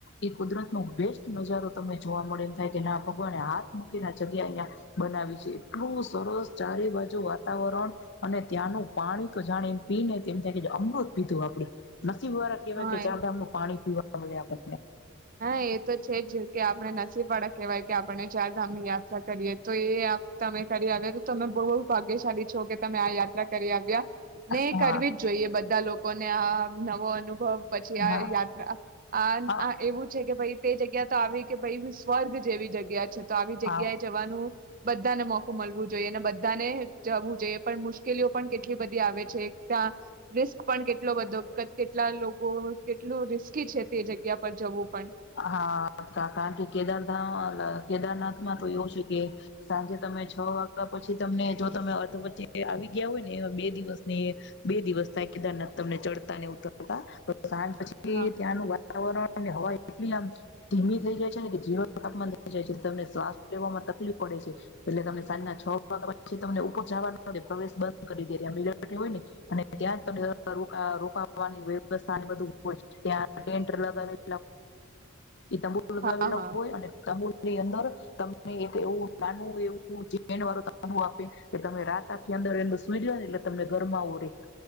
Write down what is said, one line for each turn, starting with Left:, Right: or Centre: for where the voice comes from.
Left: એ કુદરત નો બેસ્ટ નજારો તમને જોવા મળે એને થાય કે ના ભગવાને હાથ મૂકીને જગ્યા અહીંયા બનાવી છે એટલું સરસ ચારે બાજુ વાતાવરણ અને ત્યાંનું પાણી તો જાણે એમ પીને તેમ થ અમૃત પીધું આપડે વારા કહેવાય
Right: હા
Left: કે ચામધામનું પાણી પીવાનું હમણે આપતા
Right: આપણે નસીબવાળા કહેવાય કે આપણને ચારધામની યાત્રા કરવાનો અવસર મળ્યો. તમે આ યાત્રા કરી આવ્યા, એટલે તમે ખરેખર ભાગ્યશાળી છો. નહી
Left: હા
Right: કરવી જ જોઈએ બધા લોકોને આ નવો અનુભવ... પછી આ
Left: હા
Right: યાત્રા.. <unintelligible>
Left: હા
Right: એવું છે કે ભાઈ તે જગ્યા તો આવી કે ભાઈ હું સ્વર્ગ જેવી જગ્યા છે. તો આવી જગ્યાએ
Left: હા
Right: જવાનું બધાને મોકો મળવું.. જોઈ ને બધાને જું.... જે પણ મુશ્કેલીઓ પણ કેટલી બધી આવે છે ત્યાં રિસ્ક પણ કેટલો બધો કેટલા લોકો કેટલું રિસ્કી છે તે જગ્યા. પર જવું પણ
Left: હા સાકણ કે કેદર ધામ ઓ કેદારનાથમાં તો એવું છે કે સાંજે તમે છ વાગ્યા પછી તમને જો તમે અર્ધ વચ્ચે આવી ગયા હોય ને એ બે દિવસ થાય કેદારનાથ તમને ચડતા ને ઉતરતા સાંજ પછી
Right: હા
Left: ત્યાંનું વાતાવરણ... ત્યાં એટલી ઠંડી થઈ જાય છે કે તાપમાન શૂન્ય સુધી પહોંચી જાય છે અને શ્વાસ લેવામાં તકલીફ પડે છે. તેથી સાંજે છ વાગ્યા પછી ઉપર જવાનો પ્રવેશ બંધ કરી દેવામાં આવે છે. ત્યાં રોકાવાની વ્યવસ્થા માટે ટેન્ટ પણ લગાવેલા હોય છે. <unintelligible> એ તમુલ લગાવેલા
Right: હા હા
Left: હોય અને તમુલ તે ને તરત તમને એક એવું નાનું એવું <unintelligible> આપે છે, જેથી તમે આખી રાત અંદર આરામથી સૂઈ શકો. પરંતુ